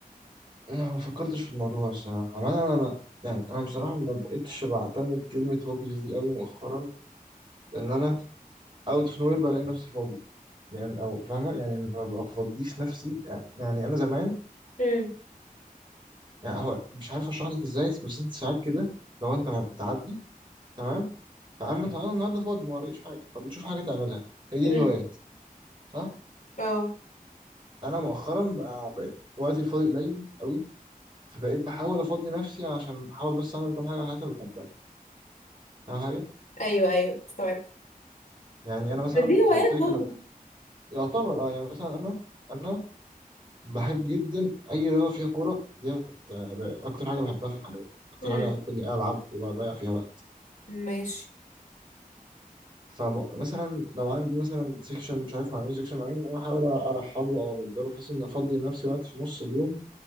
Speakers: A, on the right (about 30°); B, on the left (about 50°).
A: أنا ما فكرتش في الموضوع الصراحة عمال انا يعني انا بصراحة ما بقتش بعتمد كلمة هوبيز دي قوي مؤخرا لان انا اوت اوف نوير بلاقي نفسي فاضي يعني او فاهمة يعني ما بفضيش نفسي يعني انا زمان
B: امم
A: يعني هو مش عارف اشرح لك ازاي بس انت ساعات كده لو انت بتعدي تمام فانا انا النهارده فاضي ما ورايش حاجه فبتشوف حاجه تعملها هي دي
B: امم
A: الهوايات صح
B: اه
A: انا مؤخرا بقى بقيت وقتي الفاضي قليل قوي فبقيت بحاول افضي نفسي عشان احاول بس اعمل كام حاجه من الحاجات اللي بحبها اهم حاجه
B: ايوه ايوه استوعب
A: يعني انا مثلا
B: ما دي
A: زي
B: هوايات
A: ما قلت لك
B: برضه
A: انا بحب يعتبر اه يعني مثلا انا انا بحب جدا اي رياضه فيها كوره ديت آه، اكتر حاجه بحبها في الحياه اكتر
B: امم
A: حاجه بحب اني العب واضيع فيها وقت
B: ماشي
A: فمثلا لو عندي مثلا سيكشن مش عارف مع مين سيكشن مع مين انا احاول ارحله او امدله بحيث ان افضي لنفسي وقت في نص اليوم